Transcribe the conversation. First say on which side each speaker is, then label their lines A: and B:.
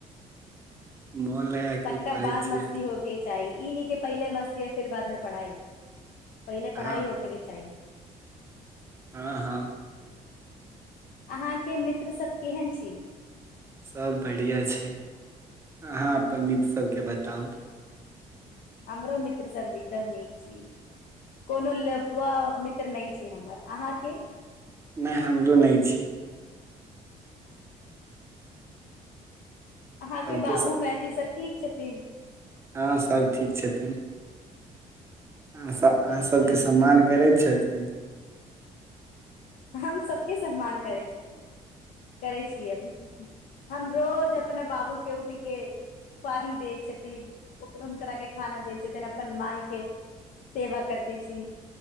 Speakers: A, on the right; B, on the left.
A: मोन लगा
B: तक्कर
A: कऽ पढ़ै
B: बाद
A: छियै
B: मस्ती हो के चाही ई नै कि पहिले मस्ती या फिर बादमे पढ़ाई पहिले
A: हँ
B: पढ़ाई होखे के चाही
A: हँ हँ
B: आहाँ के मित्र सब केहन छी
A: सब बढ़िआ छै। आंहा अपन मित्र सबके बताउ
B: हमरो मित्र सब एकदम नीक छी कोनो लेफुआ मित्र नहि छै हमर। अहाँके?
A: नय, हमरो नय छी
B: अहाँ के
A: सभके
B: बाबू, मायजी सब ठीक छथिन
A: हाँ सब ठीक छथिन। आहाँ सब आहाँ
B: चलू
A: सबके
B: ई
A: सम्मान करै छथिन
B: हम सबके सम्मान करै छथि। करै छी एम हम रोज अपने बाबू के उठी के पानी दै छथिन <unintelligible> खाना दै छथिन अपन माय के सेवा करते छी,